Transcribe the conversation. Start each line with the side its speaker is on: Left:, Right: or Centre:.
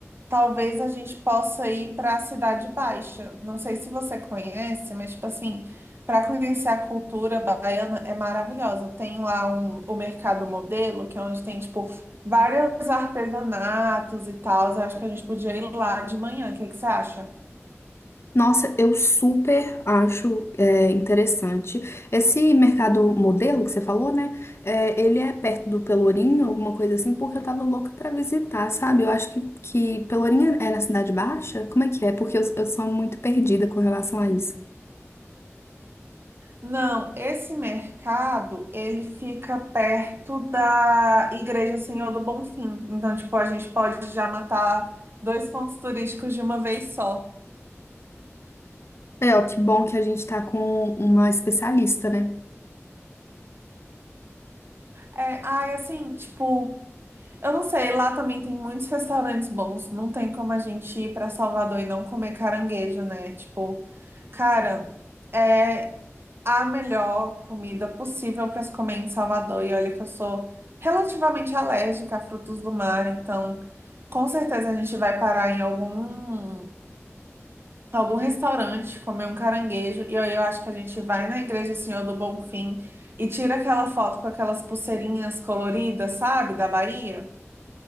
Right: Talvez a gente possa ir para a Cidade Baixa. Não sei se você conhece, mas tipo assim, para conhecer a cultura baiana é maravilhosa. Tem lá um, o Mercado Modelo, que é onde tem tipo vários artesanatos e tal. Eu acho que a gente podia ir lá de manhã. O que que você acha?
Left: Nossa, eu super acho é, interessante. Esse mercado modelo que você falou, né? É, ele é perto do Pelourinho, alguma coisa assim, porque eu tava louca pra visitar, sabe? Eu acho que, que Pelourinho é na Cidade Baixa? Como é que é? Porque eu, eu sou muito perdida com relação a isso.
Right: Não, esse mercado, ele fica perto da Igreja Senhor do Bonfim. Então, tipo, a gente pode já matar dois pontos turísticos de uma vez só.
Left: É, ó, que bom que a gente tá com uma especialista, né?
Right: É, ai, assim, tipo, Eu não sei, lá também tem muitos restaurantes bons. Não tem como a gente ir para Salvador e não comer caranguejo, né? Tipo, cara, é a melhor comida possível para se comer em Salvador. E olha que eu sou relativamente alérgica a frutos do mar, então com certeza a gente vai parar em algum algum restaurante, comer um caranguejo. E aí eu acho que a gente vai na Igreja Senhor do Bonfim e tira aquela foto com aquelas pulseirinhas coloridas, sabe, da Bahia.